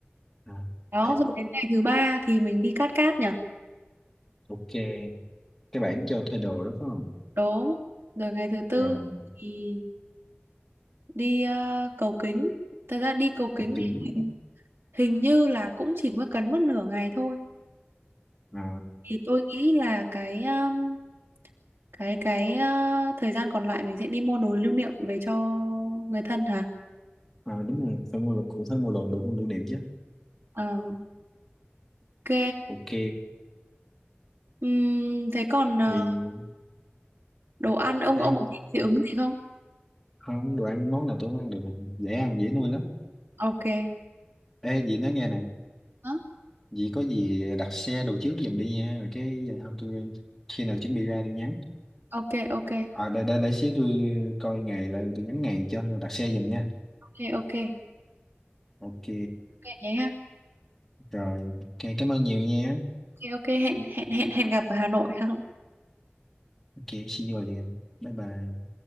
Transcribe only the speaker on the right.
Đó,
rồi đến ngày thứ ba thì mình đi Cát Cát nhỉ?
Đúng. Rồi ngày thứ tư
thì đi ờ, cầu kính. Thật ra đi cầu kính
thì hình như là cũng chỉ mới cần mất nửa ngày thôi.
Thì tôi nghĩ là cái um, cái cái ờ, thời gian còn lại mình sẽ đi mua đồ lưu niệm về cho người thân hả?
Ờ, ok.
Ừm, thế còn ờ,
đồ ăn ông
ông có thích dị ứng gì không?
Ok.
Hả?
Ok ok
ok ok
vậy ha
ok ok hẹn hẹn hẹn hẹn gặp ở Hà Nội ha